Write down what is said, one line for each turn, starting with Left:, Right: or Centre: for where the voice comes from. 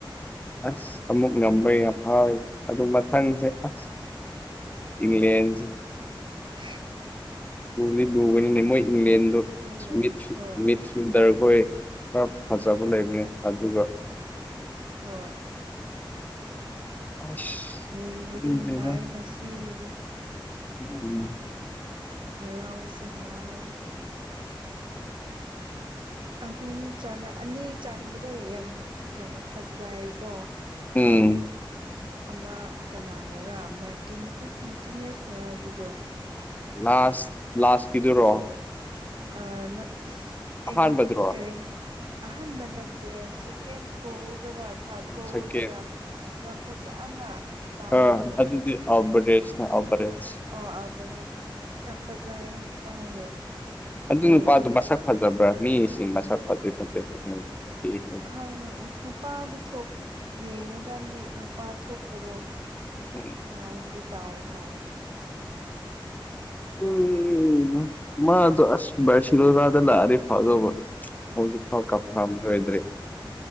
Left: ꯑꯁ ꯑꯃꯨꯛ ꯉꯝꯕ ꯌꯥꯝ ꯍꯥꯎꯋꯦ ꯑꯗꯨ ꯃꯊꯪꯁꯦ ꯑꯁ ꯏꯪꯂꯦꯟꯁ
Right: <inaudible>
Left: ꯂꯨꯕꯗꯤ ꯂꯨꯕꯅꯤꯅꯦ ꯃꯣꯏ ꯏꯪꯂꯦꯟꯗꯣ
Right: ꯑꯗꯨꯒꯅꯦ
Left: <unintelligible>
Right: ꯍꯣꯏ
Left: ꯇꯨꯟ ꯇꯔꯈꯣꯏ ꯈꯔ ꯐꯖꯕ ꯂꯩꯕꯅꯦ ꯑꯗꯨꯒ
Right: ꯍꯣꯏ
Left: ꯑꯁ
Right: ꯌꯦꯡꯕꯗꯤ
Left: ꯈꯪꯗ꯭ꯔꯦꯗ
Right: ꯅꯨꯡꯉꯥꯏ ꯉꯁꯤꯒꯤꯗ
Left: ꯎꯝ
Right: ꯍꯔꯥꯎꯁꯨ ꯍꯔꯥꯎ
Left: <inaudible>
Right: ꯑꯍꯨꯝ ꯆꯟ ꯑꯅꯤ ꯆꯟꯕꯗꯣ ꯌꯥꯝ ꯀꯩꯅꯣ ꯐꯖꯩꯌꯦꯀꯣ
Left: ꯎꯝ
Right: ꯑꯃ ꯀꯅꯥꯅꯔ ꯃꯥꯔꯇꯤꯟ ꯑꯦ ꯃꯥꯔꯇꯤꯟ ꯑ‌ꯦꯁꯅ ꯑꯗꯨꯗꯣ
Left: ꯂꯥꯁ ꯂꯥꯁ ꯀꯤꯗꯨꯔꯣ
Right: ꯑ ꯅꯠ
Left: ꯑꯍꯥꯟꯕꯗꯨꯔꯣ
Right: ꯑꯦꯡ ꯀꯔꯤ ꯑꯍꯟꯕ ꯅꯠꯇꯦ ꯁꯦꯀꯦꯟ ꯒꯣꯜꯗꯔ ꯊꯥꯔꯠ ꯒꯣꯜꯗꯔ
Left: ꯁꯦꯀꯦꯟ
Right: ꯌꯥꯝ ꯐꯖꯅ ꯇꯥꯎꯕꯗꯣ
Left: ꯑ ꯑꯗꯨꯗꯤ ꯑꯣꯕꯔꯦꯁ ꯅ‌ꯦ ꯑꯣꯕꯔꯦꯁ
Right: ꯑꯣ ꯑꯜꯕꯔ‌ꯦꯁ ꯌꯥꯝ ꯐꯖꯩꯌ‌ꯦ ꯃꯥꯒꯤ
Left: ꯑꯗꯨ
Right: ꯒꯣꯜꯗꯨꯗꯤ
Left: ꯅꯨꯄꯥꯗꯨ ꯃꯁꯛ ꯐꯖꯕ꯭ꯔꯥ ꯃꯤꯁꯤꯡꯅ ꯃꯁꯛ ꯐꯖꯩ ꯐꯖꯩ <unintelligible>
Right: ꯈꯪ ꯅꯨꯄꯥꯗꯤ ꯊꯣꯛ ꯌꯦꯡꯉꯀꯥꯟꯗꯤ ꯅꯨꯄꯥ ꯊꯣꯛꯄꯗꯣ
Left: <unintelligible>
Right: ꯋꯥꯥꯏꯟꯗꯤ ꯇꯥꯎ ꯃꯥꯂꯦ
Left: <unintelligible> ꯃꯗꯨ ꯑꯁ ꯃꯦꯁꯤꯒꯣ <unintelligible> ꯂꯥꯛꯑꯗꯤ ꯐꯥꯗꯣꯕ ꯍꯧꯖꯤꯛ ꯐꯥꯎ <unintelligible>